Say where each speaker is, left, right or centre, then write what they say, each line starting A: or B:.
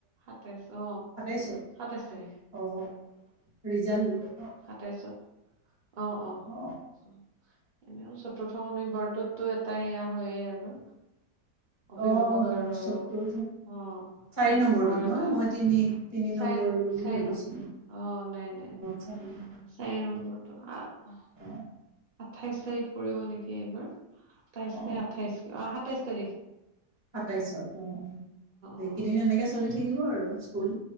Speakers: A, on the right (about 70°); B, on the right (about 35°).
A: সাতাইশ অ।
B: <unintelligible>
A: সাতাইশ তাৰিখ
B: অ', ৰিজাল্ট দিব। ন
A: সাতাইছত। <inaudible> এনেও
B: অ
A: চতুৰ্থ মানে। ঘৰটোতো এটা সেয়া হয়য়ে আৰু। অভিভাৱক
B: অ অ
A: আৰু
B: সত্তৰ
A: অহ,
B: চাৰি
A: শিক্ষকৰ
B: নম্বৰটোত
A: এটা।
B: ন মই তিনি তিনি নম্বৰ
A: চাইনো
B: বুলি
A: চাইনো
B: ভাবিছিলো
A: অ', নাই, নাই, নাই
B: চাৰি নম্বৰ।
A: চাইন <unintelligible> আ। আহ,
B: অ
A: আঠাইছ তাৰিখ পৰিব নেকি? এবাৰ। সাতাইছ
B: অ অ
A: নে আঠাইছ। আ, সাতাইছ। চাগে।
B: সাতাইছত। অ,
A: অ
B: এইকেইদিন এনেকে চলি থাকিব আৰু। অ, স্কুল।